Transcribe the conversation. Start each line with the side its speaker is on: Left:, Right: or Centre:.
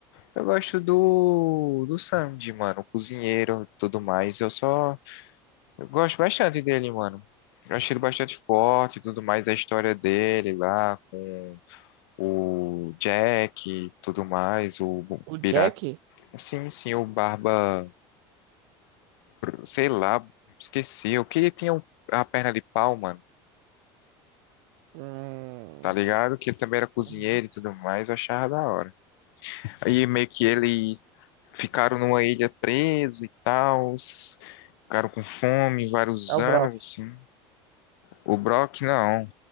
Left: Eu gosto do. Do Sandy, mano. o Cozinheiro e tudo mais. Eu só. Eu gosto bastante dele, mano. Eu achei ele bastante forte e tudo mais. A história dele lá com o Jack e tudo mais. O
Right: O Jack.
Left: pirata. Sim, sim, o Barba. Sei lá, esqueci. O que ele tinha o- a perna de pau, mano.
Right: Hum.
Left: Tá ligado? Que ele também era cozinheiro
Right: uhum.
Left: e tudo mais. Eu achava da hora. Aí meio que eles ficaram numa ilha preso e tal, ficaram com fome vários
Right: É o
Left: anos,
Right: brócolis.
Left: assim. O Brock, não.